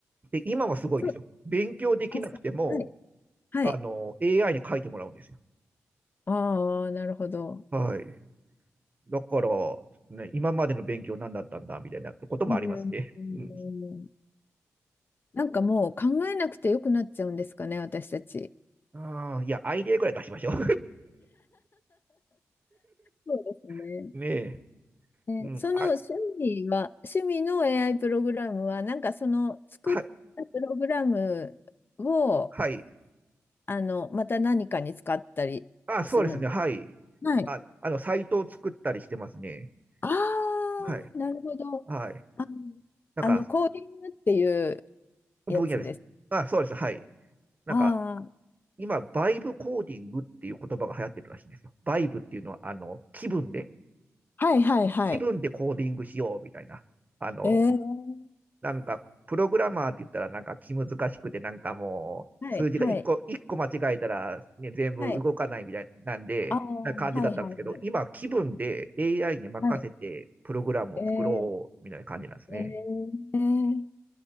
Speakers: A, on the right; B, on the left.
A: で、今はすごいですよ。
B: そう、
A: 勉強できなくても、
B: あ、そう。はい。はい。
A: あの、AI に書いてもらうんですよ。
B: ああ、なるほど。
A: はい。だから、ね、今までの勉強何だったんだみたいなこともありますね。
B: うん。う
A: うん。
B: んなんかもう考えなくてよくなっちゃうんですかね、私たち。
A: ああ、いや、アイデアぐらい出しましょう。
B: そうですね。
A: <laughs> ねえ。
B: ええその趣味は、
A: うん。あ、
B: 趣味の AI プログラムは、なんかその作ったプログラムを、
A: はい、はい。
B: あの、また何かに使ったりするん。
A: あ、そうですね。はい。
B: はい。
A: あ、あの、サイトを作ったりしてますね。
B: あ
A: はい。
B: あ、なるほど。
A: はい。
B: あの、
A: なんか、
B: あの、コーディングっていう
A: 分野です。
B: やつです。
A: あ、そうです。はい。なんか、
B: あ
A: 今、バイブコーディングっていう言葉が流行ってるらしいんですよ。バイブっていうのは、あの、気分で、
B: あ、はいはいはい。
A: 気分でコーディングしようみたいな。あの、
B: ええ
A: なんか、プログラマーって言ったら、なんか気難しくて、なんかもう、
B: はい、
A: 数字が一個、
B: はい、
A: 一個間違えたら、ね、全部動かないみたいなんで、
B: はい。ああ、はい、
A: な感じだったんですけど、
B: はい、はい。
A: 今、気分で AI に任せて、
B: はい。
A: プログラムを作ろうみたいな感じなんですね。
B: ええええええ